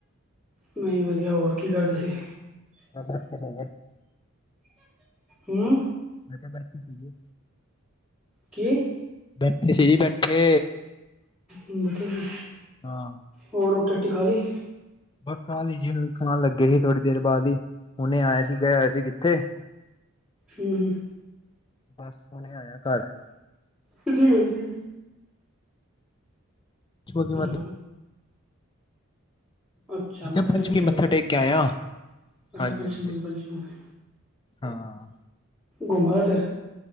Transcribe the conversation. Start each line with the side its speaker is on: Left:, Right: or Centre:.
Centre: ਮੈਂ ਵਦੀਆ ਹੋਰ ਕੀ ਕਰਦੇ ਸੀ।
Left: <inaudible>
Centre: ਹੂਂ।
Left: ਮੈਂ ਕੇਆ ਬੈਠੀ ਸੀ ਐ।
Centre: ਕੇ।
Left: ਬੈਠੀ ਸੀ ਜੀ ਬੈਠੇ।
Centre: ਹੂਂ ਬੈਠੇ ਸੀ।
Left: ਹਾਂ।
Centre: ਹੋਰ ਰੋਟੀ ਰਾਟੀ ਖਾਲੀ।
Left: ਬ ਖਾਲੀ ਜੀ ਹੁਣ ਖਾਣ ਲੱਗੇ ਸੀ ਥੋੜੀ ਦੇਰ ਬਾਦ ਈ ਹੁਣੇ ਆਇਆ ਸੀ ਗਏ ਹੋਏ ਸੀ ਕਿੱਥੇ।
Centre: ਹੂਂ-ਹੂਂ।
Left: ਬਸ ਹੁਣੇ ਆਇਆ ਘਰ।
Centre: ਕਿੱਥੇ ਗਏ ਸੀ?
Left: ਛੋਜੀ
Centre: ਹੈਲੋ
Left: ਮਤ।
Centre: ਅੱਛਾ
Left: ਮੈ
Centre: ਮੱਥਾ
Left: ਕੇਆ ਪੰਚਮੀ
Centre: ਟੇਕ ਕੇ
Left: ਮੱਥਾ
Centre: ਆਏ ਹੋ
Left: ਟੇਕ ਕੇ ਆਇਆਂ,
Centre: ਅੱਛਾ
Left: ਹਾਂਜੀ-ਹਾਂਜੀ।
Centre: ਪੰਚਮੁਖੀ ਪੰਚਮੁਖੀ
Left: ਹਾਂ।
Centre: ਘੁੰਮ ਆਏ ਫੇਰ।